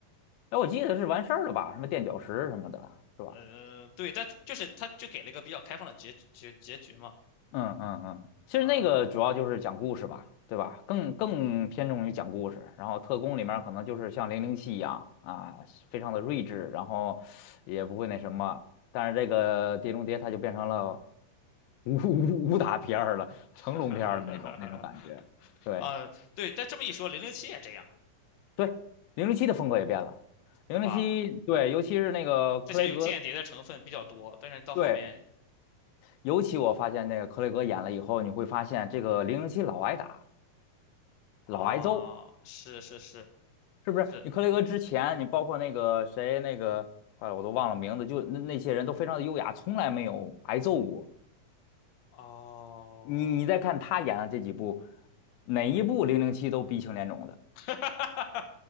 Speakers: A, on the left; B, on the left.
A: 哎，我记得是完事儿了吧？什么垫脚石什么的，是吧？
B: 呃，对，但就是他就给了一个比较开放的结结结局嘛。
A: 嗯嗯嗯，其实那个主要就是讲故事吧，
B: 嗯，
A: 对吧？更更偏重于讲故事。然后特工里面可能就是像零零七一样啊，非常的睿智，然后也不会那什么。但是这个《碟中谍》它就变成了 <laughs> 武武武打片儿了，
B: 哈哈哈哈哈
A: 成龙片儿的那种那种感觉。对。
B: 啊，呃对，但这么一说，零零七也这样，
A: 对，零零七的风格也变了。零零七，
B: 对吧？
A: 对，尤其是那个克雷格，
B: 之前有间谍的成分比较多，但是到后面
A: 对，尤其我发现那个克雷格演了以后，你会发现这个零零七老挨打，
B: 啊，
A: 老挨揍，
B: 是是是
A: 是不是？
B: 是，
A: 你克雷格之前，你包括那个谁，那个，坏了，我都忘了名字，就那那些人都非常的优雅，从来没有挨揍过。
B: 哦，
A: 你你再看他演的这几部，哪一部零零七都鼻青脸肿的。
B: <laughs> 哈哈哈哈